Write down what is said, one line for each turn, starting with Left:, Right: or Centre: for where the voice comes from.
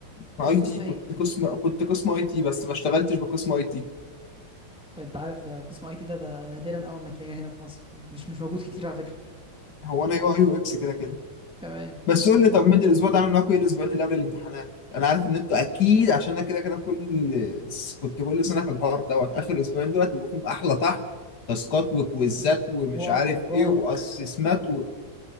Left: انا
Centre: انت كنت
Left: اي
Centre: قسم
Left: تي
Centre: ايه
Left: كنت قسم كنت قسم اي تي بس ما اشتغلتش بقسم اي تي
Centre: طيب انت عارف ده قسم اي تي ده ده نادرا اول ما تلاقيه هنا في مصر مش مش موجود كتير على فكره
Left: هو انا يو اي يو اكس كده كده
Centre: كمان
Left: بس قول لي طمني الاسبوع ده عامل معاكم ايه الاسبوعين اللي قبل الامتحانات انا عارف ان انتوا اكيد عشان انا كده كده كل كنت كل سنه في الحوار دوت اخر اسبوعين دول بيبقوا فيهم احلى طحن تاسكات وكويزات
Centre: اسبوع
Left: ومش عارف
Centre: كرباك
Left: ايه واسسمات وايه